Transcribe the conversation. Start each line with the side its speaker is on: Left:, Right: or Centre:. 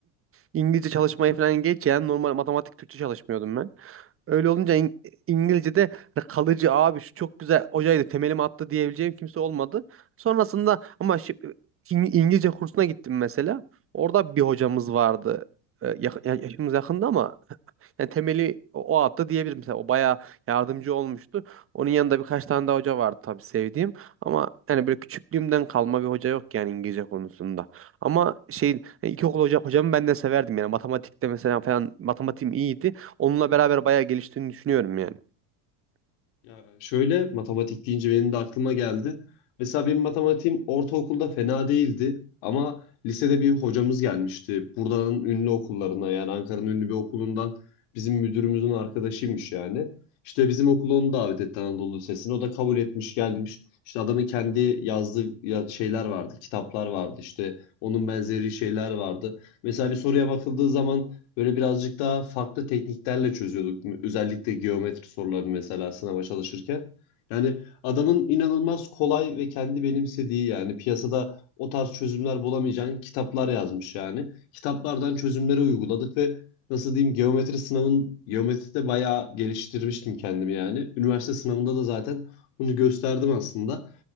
Right: İngilizce çalışmayı falan geç yani normal matematik Türkçe çalışmıyordum ben. Öyle olunca İng- İngilizce'de hani kalıcı abi şu çok güzel hocaydı temelimi attı diyebileceğim kimse olmadı. Sonrasında ama şi- İng- İngilizce kursuna gittim mesela. Orada bir hocamız vardı. E, yak- ya- Yaşımız yakında ama yani temeli o o attı diyebilirim. Mesela o bayağı yardımcı olmuştu. Onun yanında birkaç tane daha hoca vardı tabii sevdiğim. Ama yani böyle küçüklüğümden kalma bir hoca yok yani İngilizce konusunda. Ama şey yani ilkokul hoca, hocamı ben de severdim yani. Matematikte mesela falan matematiğim iyiydi. Onunla beraber bayağı geliştiğini düşünüyorum yani.
Left: Ya şöyle matematik deyince benim de aklıma geldi. Mesela benim matematiğim ortaokulda fena değildi ama lisede bir hocamız gelmişti. Buradanın ünlü okullarına yani Ankara'nın ünlü bir okulundan bizim müdürümüzün arkadaşıymış yani. İşte bizim okula onu davet etti Anadolu Lisesi'ne. O da kabul etmiş gelmiş. İşte adamın kendi yazdığı ya- şeyler vardı, kitaplar vardı işte onun benzeri şeyler vardı. Mesela bir soruya bakıldığı zaman Böyle birazcık daha farklı tekniklerle çözüyorduk. Özellikle geometri sorularını mesela sınava çalışırken. Yani adamın inanılmaz kolay ve kendi benimsediği yani piyasada o tarz çözümler bulamayacağın kitaplar yazmış yani. Kitaplardan çözümleri uyguladık ve nasıl diyeyim geometri sınavın geometride bayağı geliştirmiştim kendimi yani. Üniversite sınavında da zaten bunu gösterdim aslında.